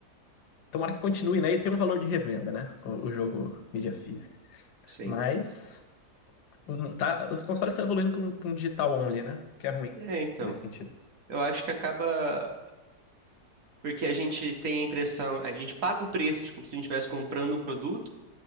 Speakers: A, on the left; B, on the right.
A: tomara que continue, né? E tem um valor de revenda, né? O, o jogo mídia física.
B: Sempre.
A: Mas, um, tá, os consoles estão evoluindo pra um, pra um digital only, né? Que é ruim,
B: É, então.
A: nesse sentido.
B: Eu acho que acaba porque a gente tem a impressão, a gente paga o preço, tipo, se a gente estivesse comprando um produto,